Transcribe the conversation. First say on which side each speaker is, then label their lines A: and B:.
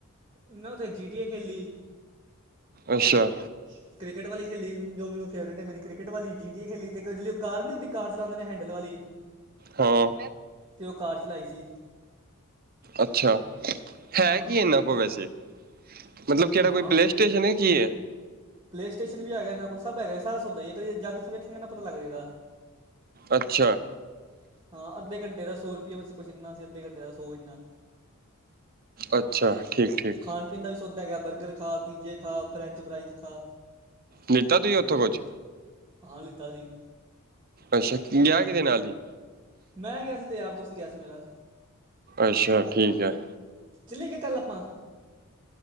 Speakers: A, on the right (about 20°); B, on the right (about 40°).
A: ਮੈਂ ਉੱਥੇ ਜੀਟੀਏ ਖੇਲੀ।
B: ਅੱਛਾ।
A: ਅੱਛਾ। ਕ੍ਰਿਕਟ ਵਾਲੀ ਖੇਲੀ, ਜੋ ਮੈਨੂੰ ਫੇਵਰੇਟ ਐ ਮੇਰੀ ਕ੍ਰਿਕਟ ਵਾਲੀ, ਜੀਟੀਏ ਖੇਲੀ ਅਤੇ ਇੱਕ ਜਿਹੜੀ ਉਹ ਕਾਰ ਨਹੀਂ ਉਹਦੀ ਕਾਰ ਚਲਾਉਂਦੇ ਨੇ ਹੈਂਡਲ ਵਾਲੀ। <inaudible>
B: ਹਾਂ।
A: ਤੇ ਉਹ ਕਾਰ ਚਲਾਈ ਸੀ
B: ਅੱਛਾ, ਹੈ
A: ਹਾਂ
B: ਕੀ ਇਹਨਾਂ ਕੋਲ ਵੈਸੇ। ਮਤਲਬ ਕਿਹੜਾ
A: ਹਾਂ
B: ਕੋਈ ਪਲੇ ਸਟੇਸ਼ਨ ਹੈ ਕੀ ਹੈ।
A: ਪਲੇ ਸਟੇਸ਼ਨ ਵੀ ਹੈਗਾ ਇਹਨਾਂ ਕੋਲ, ਸਭ ਹੈਗਾ ਸਾਰਾ ਸੌਦਾ ਹੈ ਕੀ ਇੱਕ ਵਾਰੀ ਜਾ ਕੇ ਉੱਥੇ ਵੇਖੇਗਾ ਨਾ ਸਾਰਾ ਪਤਾ ਲੱਗ ਜਾਏਗਾ।
B: ਅੱਛਾ।
A: ਹਾਂ ਅੱਧੇ ਘੰਟੇ ਦਾ ਸੌ ਰੁਪਇਆ ਬਸ ਕੁਛ ਇੰਨਾ ਸੀ ਅੱਧੇ ਘੰਟੇ ਦਾ ਸੌ ਇੰਨਾ।
B: ਅੱਛਾ, ਠੀਕ-ਠੀਕ।
A: ਖਾਣ ਪੀਣ ਦਾ ਵੀ ਸੌਦਾ ਹੈਗਾ ਹੈਂ। ਬਰਗਰ ਖਾ, ਪੀਜੇ ਖਾ, ਫਰੈਂਚ ਫਰਾਈਜ਼ ਖਾ।
B: ਲੀਤਾ ਤੁਸੀਂ ਉੱਥੋਂ ਕੁਝ।
A: ਹਾਂ ਲਿੱਤਾ ਸੀ।
B: ਅੱਛਾ, ਗਿਆ ਕਿਦੇ ਨਾਲ ਹੀ।
A: ਮੈਂ ਗਿਆ ਸੀ ਤੇ ਯਾਰ ਦੋਸਤ ਗਿਆ ਸੀ ਮੇਰਾ।
B: ਅੱਛਾ, ਠੀਕ ਹੈ।
A: ਚੱਲੇ ਗੇ ਕੱਲ ਆਪਾਂ।